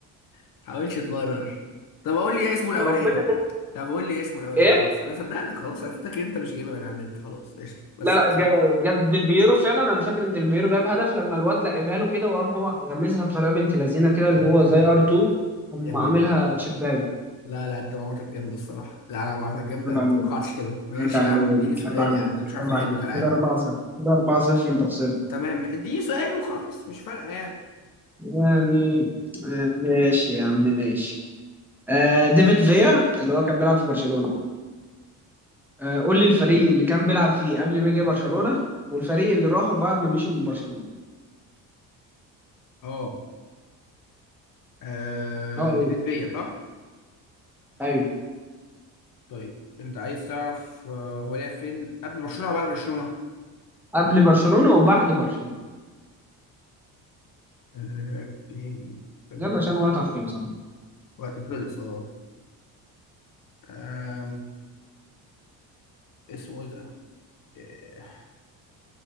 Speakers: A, on the left; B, in the centre.
A: ما تحاولش تبرر طب اقول لي ايه اسمه الاولاني
B: وربنا ده
A: طب قول لي إيه اسمه الاولاني
B: ايه
A: خلاص انا صدقتك خلاص انا صدقتك ان انت مش جايبها من على النت خلاص قشطه بس
B: لا لا
A: هات
B: بج-
A: لي
B: بجد ديلبيرو فعلا انا فاكر ان ديلبيرو جاب هدف لما الواد لعبها له كده وقام هو غمزها بطريقه بنت لذينه كده اللي
A: يا ابن
B: هو
A: اللعيبه
B: زي ار 2 قام
A: يا ابن
B: عاملها
A: اللعيبه
B: تشيباي
A: لا لا انت معلوماتك جامده الصراحه لا انا معلوماتك جامده
B: عيب عليك
A: ما توقعتش كده ماشي
B: عيب عليك
A: يا عم اديني سؤال
B: عيب عليك
A: يا عم أنا مش عارف
B: عيب
A: احله
B: عليك
A: كالعاده
B: كده 4 0 كده 4 0 انت خسرت
A: تمام اديني سؤال وخلاص مش فارقه يعني
B: يعني آه، ماشي يا عم ماشي آه ديفيد فيا اللي هو كان بيلعب في برشلونه آه قول لي الفريق اللي كان بيلعب فيه قبل ما يجي برشلونه والفريق اللي راحوا بعد ما مشي من برشلونه
A: اه آه
B: اه
A: دي
B: ايوه
A: فيا صح؟
B: ايوه
A: طيب انت عايز تعرف آه هو لعب فين قبل برشلونة ولا بعد برشلونة؟
B: قبل برشلونه وبعد برشلونه
A: آه، لعب فين تمام
B: يلا عشان وقتها خلص
A: وقت خلص اه آم، اسمه ايه ده؟ آه،